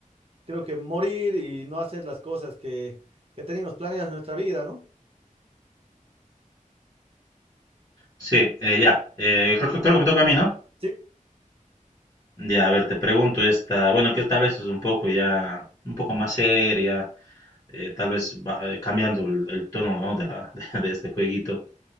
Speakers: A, on the right; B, on the left.
A: creo que morir y no hacer las cosas que, que tenemos planeadas en nuestra vida, ¿no?
B: Sí, eh, ya, Eh, creo, que- creo que me toca a mí, ¿no?
A: Sí.
B: Ya, a ver, te pregunto esta, bueno, que tal vez es un poco ya, un poco más seria, eh, tal vez va- eh, cambiando el, el tono, ¿no? de la, <laughs> de, este jueguito.